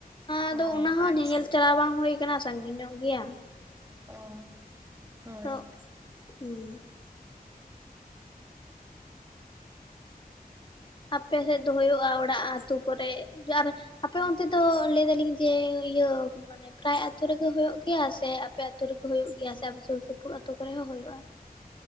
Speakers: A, on the left; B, on the right.
A: ᱟᱫᱚ
B: ᱚ
A: ᱚᱱᱟ ᱦᱚᱸ
B: ᱟᱪᱪᱷᱟ
A: ᱧᱮᱧᱮᱞ ᱪᱟᱞᱟᱣ ᱵᱟᱝ ᱦᱩᱭ ᱠᱟᱱᱟ ᱥᱟᱺᱜᱤᱧ ᱧᱚᱜ ᱜᱤᱭᱟ
B: ᱚ ᱦᱳᱭ
A: ᱛᱚ ᱦᱮᱸ ᱟᱯᱮ ᱥᱮᱫ ᱫᱚ ᱦᱩᱭᱩᱜᱼᱟ ᱚᱲᱟᱜ ᱟᱹᱛᱩ ᱠᱚᱨᱮ ᱟᱨ ᱟᱯᱮ ᱚᱱᱛᱮ ᱫᱚ ᱞᱟᱹᱭ ᱫᱟᱞᱤᱧ ᱡᱮ ᱤᱭᱟᱹ ᱢᱟᱱᱮ ᱯᱨᱟᱭ ᱟᱛᱳ ᱨᱮᱜᱮ ᱦᱩᱭᱩᱜᱳ ᱜᱮᱭᱟ ᱥᱮ ᱟᱯᱮ ᱟᱛᱳ ᱨᱮᱜᱮ ᱦᱩᱭᱩᱜ ᱜᱮᱭᱟ ᱥᱮ ᱟᱨ ᱥᱩᱨ ᱥᱩᱯᱩᱨ ᱟᱛᱳ ᱠᱚᱨᱮ ᱦᱚᱸ ᱦᱩᱭᱩᱜᱼᱟ